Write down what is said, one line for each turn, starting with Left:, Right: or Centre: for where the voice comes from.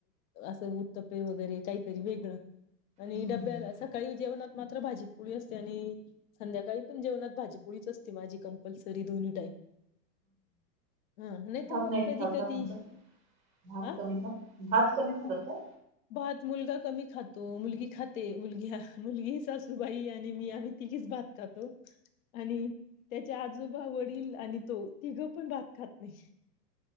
Left: असं उत्तपे वगैरे काहीतरी वेगळं आणि
Right: हम्म
Left: डब्याला स सकाळी जेवणात मात्र भाजीपोळी असते आणि संध्याकाळी पण जेवणात भाजीपोळीच असते माझी कंपल्सरी दोन्ही टाईम. हा नाही तर
Right: खात
Left: मग
Right: नाहीत
Left: कधी
Right: सर
Left: कधी
Right: भात
Left: हा
Right: कमी झा भात कमी झालंत का?
Left: भात मुलगा कमी खातो मुलगी खाते मुलगी मुलगीच सासू बाई आणि मी आम्ही तीघीच भात खातो. आणि त्याचे आजोबा वडील आणि तो तिघं पण भात खात नाही.